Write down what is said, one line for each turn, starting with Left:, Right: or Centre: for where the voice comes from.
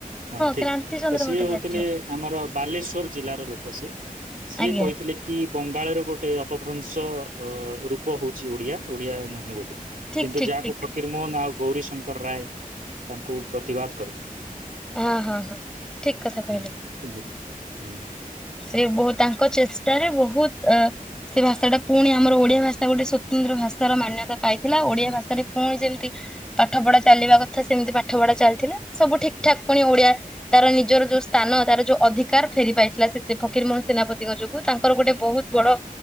Right: ହଁ ଠିକ
Centre: କ୍ରାନ୍ତି ଚନ୍ଦ୍ର
Right: ତ ସିଏ
Centre: ଭଟ୍ଟାଚାର୍ଯ୍ୟ
Right: ହଉଥିଲେ ଆମର ବାଲେଶ୍ୱର ଜିଲ୍ଲାର ଲୋକ ସିଏ। ସିଏ
Centre: ଆଜ୍ଞା
Right: କହିଥିଲେ କି ବଙ୍ଗାଳରେ ଗୋଟେ ଉପଭ୍ରଂଶ ଅ ରୂପ ହଉଛି ଓଡିଆ ଓଡିଆ ନୁହେଁ ବୋଲି
Centre: ଠିକ
Right: କିନ୍ତୁ
Centre: ଠିକ
Right: ଯାହାକୁ
Centre: ଠିକ
Right: ଫକୀର ମୋହନ ଆଉ ଗୌରୀ ଶ ଶଙ୍କର ରାୟ ତାଙ୍କୁ ପ୍ରତିବାଦ କରିଥିଲେ।
Centre: ହଁ ହଁ ହଁ ଠିକ କଥା କହିଲେ
Right: ହୁଁ ବୁଝିଲି ହୁଁ
Centre: ସେ ବହୁ ତାଙ୍କ ଚେଷ୍ଟାରେ ବହୁତ ଅ ସେ ଭାଷା ଟା ପୁଣି ଆମର ଓଡିଆ ଭାଷା ତା ଗୋଟେ ସ୍ୱତନ୍ତ୍ର ଭାଷାର ମାନ୍ୟତା ପାଇଥିଲା ଓଡିଆ ଭାଷାରେ ପୁଣି ଯେମିତି ପାଠ ପଢା ଚାଲିବା କଥା ସେମିତି ପାଠ ପଢା ଚାଲିଥିଲା ସବୁ ଠିକ ଠାକ୍ ପୁଣି ଓଡିଆ ତାର ନିଜର ଯୋଉ ସ୍ଥାନ ତାର ଯୋଉ ଅଧିକାର ଫେରି ପାଇଥିଲା ସେ ଫକୀରମୋହନ ସେନାପତିଙ୍କ ଯୋଗୁ। ତାଙ୍କର ଗୋଟେ ବହୁତ ବଡ